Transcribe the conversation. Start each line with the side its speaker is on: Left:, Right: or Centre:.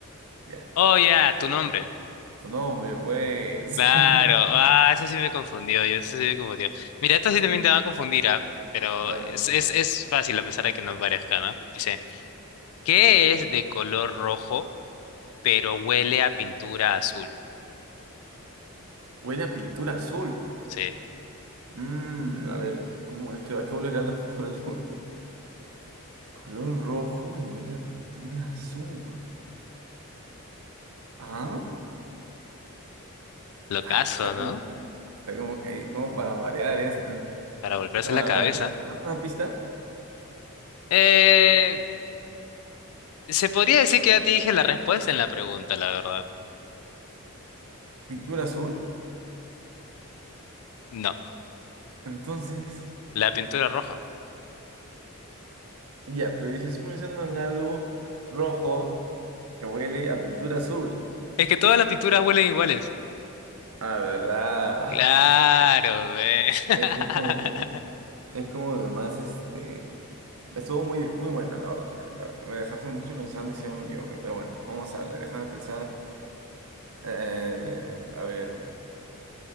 Right: Ya,
Left: Oh, ya, tu nombre.
Right: tu nombre, pues.
Left: Claro.
Right: <laughs>
Left: Ah, eso sí me confundió. Yo eso sí me confundió. Mira, esto sí también te va a confundir, ¿ah? Pero
Right: A
Left: es,
Right: ver,
Left: es, es fácil a pesar de que no parezca, ¿no? Dice, ¿qué es de color rojo, pero huele a pintura azul?
Right: huele a pintura azul.
Left: Sí.
Right: Mm, a ver, c- ¿cómo es que va a volver a la <laughs> pintura azul? Pero color rojo y huele a pintura azul. ¿Ah?
Left: Lo
Right: Ahí
Left: caso,
Right: está como
Left: ¿no?
Right: que, está como que ahí, como para variar esto.
Left: Para volverse
Right: No, la
Left: la cabeza.
Right: verdad es que la verdad es una pista,
Left: Eh. Se podría decir que ya te dije la respuesta en la pregunta, la verdad.
Right: pintura azul.
Left: No,
Right: Entonces,
Left: la pintura roja.
Right: ya, pero dice, estoy pensando en algo rojo que huele a pintura azul.
Left: Es que todas las pinturas huelen iguales.
Right: Ah, ¿verdad?
Left: Claro,
Right: <laughs> Eso,
Left: ve. <laughs>
Right: eso es como que Es como de más, este... Estuvo muy, muy buena, la verdad. que la verdad, Me dejaste mucho pensando y si no me equivoqué. Pero bueno, vamos a darle, déjame pensar. Eh, a ver,